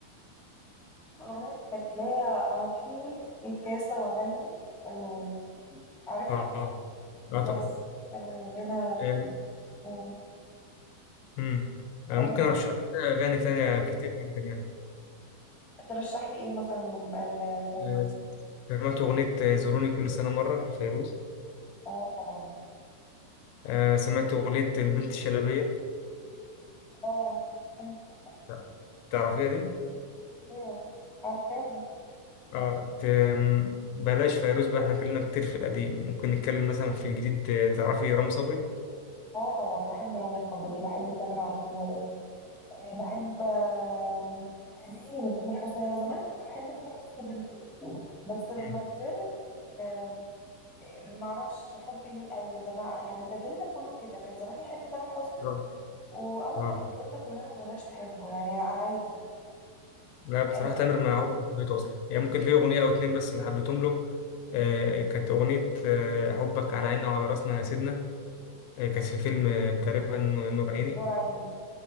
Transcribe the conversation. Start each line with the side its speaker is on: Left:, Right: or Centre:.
Centre: الاغنيه بتاعت اللي هي اعطيني الكاسه واغني ال- عارفها
Left: اه اه آه
Centre: بس
Left: طبعا
Centre: الغنى
Left: آه
Centre: آه،
Left: مم. آه
Centre: ايوه
Left: ممكن ارشح لك اغاني تانية كتير جدا يعني
Centre: ترشح لي ايه مثلا لم- لفيروز
Left: آه سمعت اغنيه آه، زوروني كل سنه مره لفيروز
Centre: اه طبعا
Left: آه سمعت اغنيه البنت الشلبيه
Centre: اه <laughs>
Left: لا، تعرفيها دي
Centre: ايوه عارفاها
Left: اه ت- م- بلاش فيروز بقى احنا اتكلمنا كتير في القديم ممكن نتكلم مثلا في الجديد آه، تعرفي رامي صبري
Centre: اه طبعا بحب رامي صبري بحب تامر عاشور آه، بحب آم، اغاني من تامر حسني انا زمان كنت بحب تامر حسني جدا بس لما
Left: مم.
Centre: كبرت آم، آه، معرفش حبي ليه قل ده مع يعني ده جيلنا كله كده كان زمان يحب تامر حسني
Left: اه
Centre: واول
Left: اه
Centre: لما كبرنا كلنا ما بقناش نحبه يعني عادي
Left: لا بصراحة
Centre: آه،
Left: تامر ما عمري ما حبيته أصلا يعني ممكن في أغنية أو اتنين بس اللي حبيتهم له آه كانت أغنية آه حبك على عيننا وعلى راسنا يا سيدنا آه كانت في فيلم آه، تقريبا نور عيني
Centre: نور عيني